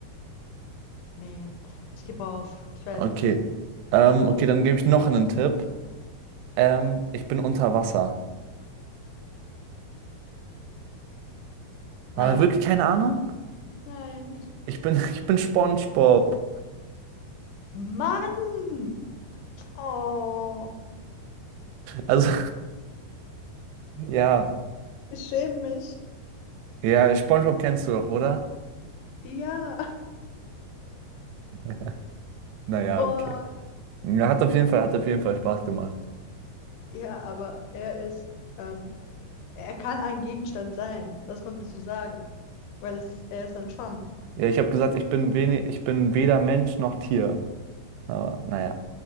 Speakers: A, on the left; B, on the right.
A: Nee, ich gebe auf. Ich weiß
B: Okay.
A: nicht.
B: Ähm, okay, dann gebe ich noch einen Tipp. Ähm, ich bin unter Wasser. Aber
A: Nein,
B: wirklich keine Ahnung?
A: nein.
B: Ich bin, <laughs> ich bin SpongeBob.
A: Mann! Oh,
B: Also, <laughs> ja.
A: ich schäme mich.
B: Ja, SpongeBob kennst du doch, oder?
A: Ja, <laughs>
B: <laughs> Naja,
A: boah.
B: okay. Ja, hat auf jeden Fall, hat auf jeden Fall Spaß gemacht.
A: Ja, aber er ist, ähm, er kann ein Gegenstand sein. Das konntest du sagen, weil es, er ist ein Schwamm.
B: Ja, ich habe gesagt, ich bin wenig, ich bin weder Mensch noch Tier. Aber naja.